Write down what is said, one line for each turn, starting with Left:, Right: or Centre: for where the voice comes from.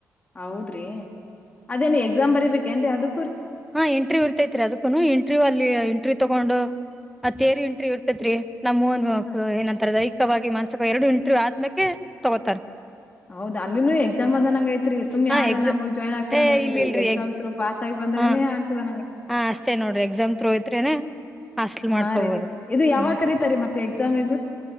Left: ಹೌದ್ರಿ ಅದೇನ ಎಕ್ಸಾಮ್ ಬರಿಬೇಕೇಏನ್ರಿ ಅದು.
Centre: ಹಾ ಎಂಟ್ರಿವ್ ಇರ್ತೈತಿರಿ ಅದಕ್ಕೂ ಎಂಟ್ರಿವ್ ಅಲ್ಲಿ. ಎಂಟ್ರಿವಿ ತಗೊಂಡು ಅತ್ತೇರಿ ಎಂಟ್ರಿ ಇರ್ತೇತ್ರಿ ನಮ್ಮ ಒಗ್
Left: ಹ
Centre: ಏನಂತರ ಹೈಕ್ ಚವಾಗಿ ಮಾನಸ ಎರಡು ಇಂಟ್ರ್ ಆದ್ಮ್ಯೆ ತಗೋತಾರೆ
Left: ಹೌದ ಅನು ಎಕ್ಸಾಮ ಅ ನಂಗ ಐತ್ರಿ ಸುಮ್
Centre: ಹಾ
Left: ಯಾರ
Centre: ಎಕ್ಸ
Left: ನ ಹೋಗ ಜಾಯನ್ ಆಗ್ತರಿಂದ್ರ
Centre: ಏ
Left: ಹೇಳರಿ
Centre: ಇಲ್ಲ ಇಲ್ರಿ
Left: ಎಕ್ಸಾಮ್ ಪಾಸ್ ಆಗ ಬಂದ್ರ
Centre: ಹಾ
Left: ಆಗ್ತದೆ
Centre: ಹಾ ಅಷ್ಟೇ ನೋಡ್ರಿ ಎಕ್ಸಾಮ್ ತ್ರೋಯತ್ನೆ ಹಾಸ್ಲ್ ಮಾಡ್ಕೊಬೋದ್ರಿ
Left: ಹಾ ರೀ ಇದು ಯಾವಾಗ
Centre: ಹ್ಮ
Left: ಕರೀತಾರಿ ಮತ್ತೆ ಎಕ್ಸಾಮ್ ಇದ್